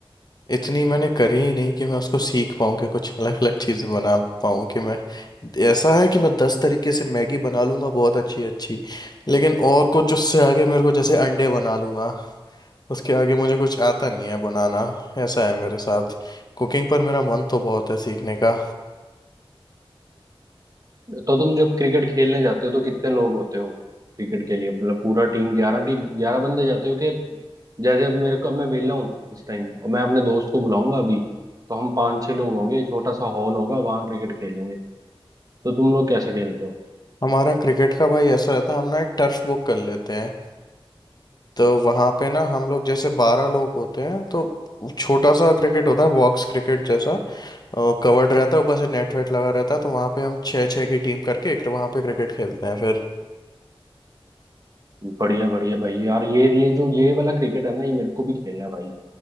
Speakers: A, on the left; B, on the right.
A: इतनी मैंने करी ही नहीं कि मैं उसको सीख पाऊँ कि कुछ अलग अलग चीज़ें बना पाऊँ कि मैं ऐसा है कि मैं दस तरीके से मैगी बना लूँगा बहुत अच्छी अच्छी लेकिन और कुछ उससे आगे मेरे को जैसे अंडे बना लूँगा उसके आगे मुझे कुछ आता नहीं है बनाना ऐसा है मेरे साथ कुकिंग पर मेरा मन तो बहुत है सीखने का
B: तो तुम जब क्रिकेट खेलने जाते हो तो कितने लोग होते हो क्रिकेट के लिए मतलब पूरा टीम ग्यारह टीम ग्यारह बंदे जाते हो कि जैसे अब मेरे को अब मैं वेला हूँ इस टाइम और मैं अपने दोस्त को बुलाऊंगा अभी तो हम पांच छह लोग होंगे छोटा सा हॉल होगा वहां क्रिकेट खेलेंगे तो तुम लोग कैसे खेलते हो
A: हमारा क्रिकेट का भाई ऐसा रहता है हम ना एक टर्फ बुक कर लेते हैं तो वहाँ पे ना हम लोग जैसे बारह लोग होते हैं तो छोटा सा क्रिकेट होता है बॉक्स क्रिकेट जैसा कवर्ड रहता है ऊपर से नेट वेट लगा रहता है तो वहाँ पे हम छः छः की टीम करके एक वहाँ पे क्रिकेट खेलते हैं फिर
B: बढ़िया बढ़िया भाई यार ये ये जो ये वाला क्रिकेट है ना ये मेरे को भी खेलना है भाई